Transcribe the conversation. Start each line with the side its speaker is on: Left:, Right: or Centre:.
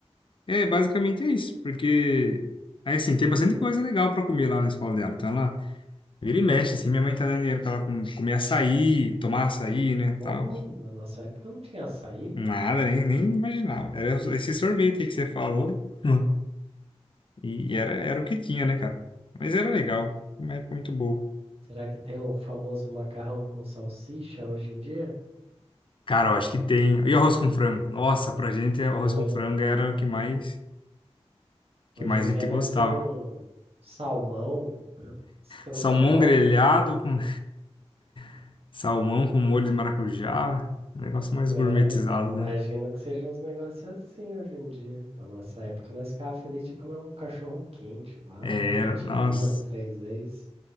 Left: é, basicamente é isso, porque. Aí, assim, tem bastante coisa legal para comer lá na escola dela. Então, ela vira e mexe, assim, minha mãe tá dando dinheiro pra ela com- comer açaí, tomar açaí, né,
Right: Oi,
Left: tal.
Right: na nossa época não tinha açaí, pô.
Left: Nada, nem, nem imaginava. Era esse sorvete aí que você falou. <laughs> E, e era, era o que tinha, né, cara? Mas era legal, uma época muito boa.
Right: Será que tem o famoso macarrão com salsicha hoje em dia?
Left: Cara, eu acho que tem. E arroz com frango? Nossa, pra gente, arroz
Right: Bom,
Left: com frango era o que mais, que
Right: hoje
Left: mais
Right: em dia
Left: a gente
Right: deve
Left: gostava.
Right: ser um salmão, estrogonofe,
Left: Salmão grelhado,
Right: sei lá.
Left: com <laughs> salmão com molho de maracujá, um negócio mais
Right: É,
Left: gourmetizado,
Right: eu imagino
Left: né?
Right: que sejam uns negócios assim hoje em dia. Na nossa época, nós ficávamos felizes de comer um cachorro quente lá,
Left: É,
Right: repetir
Left: era, nossa.
Right: duas, três vezes.